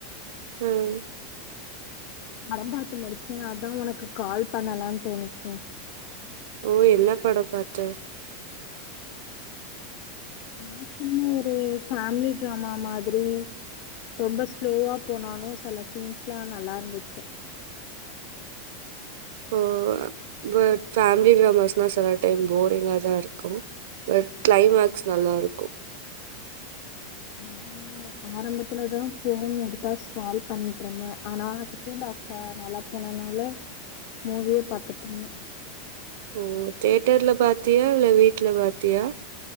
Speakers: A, on the right; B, on the left.
A: உம்
B: படம் பாத்து முடிச்சே அதா ஒனக்கு கால் பண்ணலா தோணுச்சு
A: ஓ என்ன படம் பாத்த
B: நா சும்மா ஒரு ஃபேமிலி ட்ராம மாதிரி ரொம்ப ஸ்லோவா போனாலு செல சீன்ஸ்லா நல்லா இருந்துச்சு
A: ஓ பட் ஃபேமிலி ட்ராமாஸ்னா சில டைம் போரிங்காதா இருக்கு பட் கிளைமாக்ஸ் நல்லா இருக்கு
B: அதா ஆரம்பத்துலதா ஃபோன் எடுத்தா ஸ்கரால் பண்ணிட்டுருந்தே ஆனா செகண்ட் ஆஃப்ப நல்லா போனனால மூவியே பாத்துட்டுருந்தே
A: ஓ தேட்டர்ல பாத்தியா இல்ல வீட்ல பாத்தியா